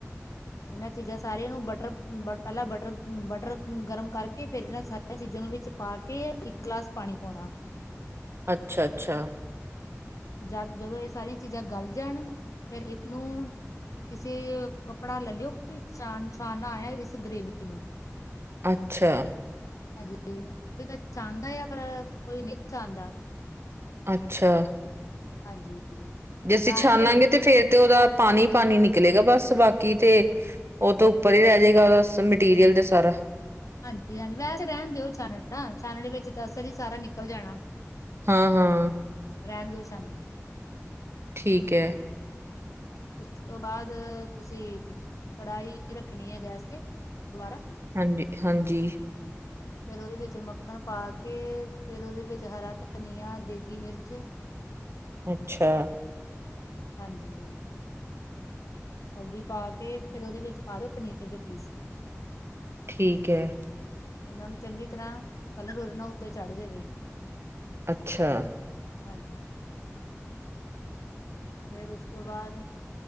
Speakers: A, on the left; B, on the right.
A: ਇਹਨਾਂ ਚੀਜ਼ਾਂ ਸਾਰੀਆਂ ਨੂੰ ਬਟਰ ਬ ਪਹਿਲਾਂ ਬਟਰ, ਬਟਰ ਗਰਮ ਕਰਕੇ, ਫੇਰ ਇਹਨਾਂ ਸਾ ਇਹ ਚੀਜ਼ਾਂ ਨੂੰ ਵਿੱਚ ਪਾ ਕੇ, ਇੱਕ ਗਲਾਸ ਪਾਣੀ ਪਾਉਣਾ।
B: ਅੱਛਾ-ਅੱਛਾ।
A: ਜਾ ਜਦੋਂ ਇਹ ਸਾਰੀਆਂ ਚੀਜ਼ਾਂ ਗਲ ਜਾਣ, ਫੇਰ ਇਹਨੂੰ ਕਿਸੇ ਕ ਪੜਾ ਲੈ ਲਿਓ ਕੋਈ ਛਾਣ ਛਾਨਣਾ ਐ ਇਸ ਗ੍ਰੇਵੀ ਨੂੰ।
B: ਅੱਛਾ।
A: ਹਾਂਜੀ, ਕੋਈ ਤਾਂ ਛਾਨਦਾ ਏ, ਪਰ ਕੋਈ ਨਹੀਂ ਛਾਨਦਾ।
B: ਅੱਛਾ।
A: ਹਾਂਜੀ।
B: ਜੇ ਅਸੀਂ
A: ਛਾਣ
B: ਛਾਨਾਂਗੇ,
A: ਕੇ
B: ਤੇ ਫੇਰ ਤੇ ਉਹਦਾ ਪਾਣੀ-ਪਾਣੀ ਨਿਕਲੇਗਾ, ਬਸ ਬਾਕੀ ਤੇ ਉਹ ਤੋਂ ਉੱਪਰ ਹੀ ਰਹਿ ਜਾਏਗਾ ਉਸ ਮਟੀਰੀਅਲ ਤੇ ਸਾਰਾ।
A: ਹਾਂਜੀ-ਹਾਂਜੀ, ਵੈਸੇ ਰਹਿਣ ਦਿਓ, ਛਾਨਣ ਦਾ ਛਾਨਣ ਵਿੱਚ ਤਾਂ ਅਸਰ ਹੀ ਸਾਰਾ ਨਿਕਲ ਜਾਣਾ।
B: ਹਾਂ-ਹਾਂ।
A: ਰਹਿਣ ਦਿਓ ਛਾਨਣਾ।
B: ਠੀਕ ਹੈ।
A: ਉਸ ਤੋਂ ਬਾਅਦ ਤੁਸੀਂ ਕੜਾਈ ਰੱਖਣੀ ਹੈ ਗੈਸ ਤੇ ਦੁਆਰਾ।
B: ਹਾਂਜੀ, ਹਾਂਜੀ।
A: ਫੇਰ ਉਹਦੇ ਵਿੱਚ ਮੱਖਣ ਪਾ ਕੇ, ਫੇਰ ਉਹਦੇ ਵਿੱਚ ਹਰਾ ਧਨੀਆ, ਦੇਗੀ ਮਿਰਚ
B: ਅੱਛਾ।
A: ਹਾਂਜੀ। ਹਲਦੀ ਪਾ ਕੇ, ਫੇਰ ਉਹਦੇ ਵਿੱਚ ਪਾ ਦਿਓ ਪਨੀਰ ਦੇ ਪੀਸ!
B: ਠੀਕ ਹੈ।
A: ਉਹਨਾਂ ਨੂੰ ਚੰਗੀ ਤਰ੍ਹਾਂ ਕਲਰ ਓਰਨਾ ਉੱਤੇ ਚੜ ਜਾਵੇ।
B: ਅੱਛਾ।
A: ਹਾਂਜੀ। ਫੇਰ ਉਸ ਤੋਂ ਬਾਅਦ